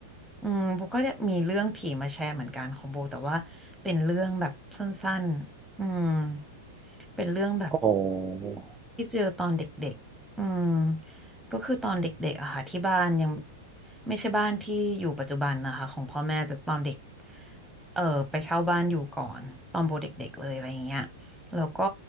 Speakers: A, in the centre; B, on the right.
A: อืมโบก็เนี่ยมีเรื่องผีมาแชร์เหมือนกันของโบแต่ว่าเป็นเรื่องแบบสั้นๆอืมเป็นเรื่องแบบ
B: อ๋อ
A: ที่เจอตอนเด็กๆอืมก็คือตอนเด็กๆอะค่ะที่บ้านยังไม่ใช่บ้านที่อยู่ปัจจุบันนะคะของพ่อแม่จะตอนเด็กเออไปเช่าบ้านอยู่ก่อนตอนโบเด็กๆเลยอะไรอย่างเงี้ยแล้วก็